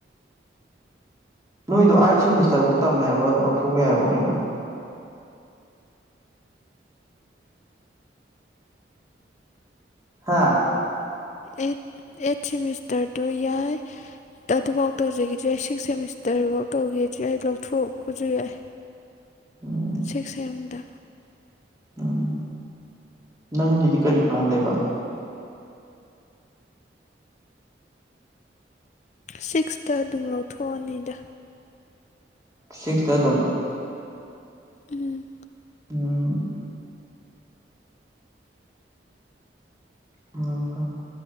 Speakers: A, on the right; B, on the left.
A: ꯅꯣꯏꯗꯣ ꯑꯥꯏꯠ ꯁꯦꯃꯤꯁꯇꯔꯐꯧ ꯇꯝꯃꯦ ꯍꯥꯏꯕ꯭ꯔꯥ ꯂꯧꯊꯣꯛꯎꯨꯏ ꯍꯥꯏꯕ꯭ꯔꯥ ꯀꯩꯅꯣ ꯍꯥꯥ
B: ꯑꯦꯠ ꯑꯦꯠ ꯁꯦꯃꯤꯁꯇꯔ ꯗꯨ ꯌꯥꯏ ꯑꯗꯨꯐꯥꯎ ꯇꯧꯖꯒꯦꯁꯨ ꯌꯥꯏ ꯁꯤꯛꯁ ꯁꯦꯃꯤꯁꯇꯔꯐꯧ ꯇꯧꯒꯦꯁꯨ ꯌꯥꯏ ꯇꫭꯛꯊꯣꯛꯄꯁꯨ ꯌꯥꯏ
A: ꯎꯝ
B: ꯁꯤꯛꯁ ꯁꯦꯝꯗ
A: ꯎꯝ ꯅꯪꯒꯤꯗꯤ ꯀꯔꯤ ꯄ꯭ꯂꯥꯟ ꯂꯩꯕ
B: ꯁꯤꯛꯁꯇꯥ ꯑꯗꯨꯝ ꯂꯧꯊꯣꯛꯑꯅꯤꯗ
A: ꯁꯤꯛꯁꯇ ꯑꯗꯨꯝ
B: ꯎꯝ
A: ꯎꯝ <unintelligible>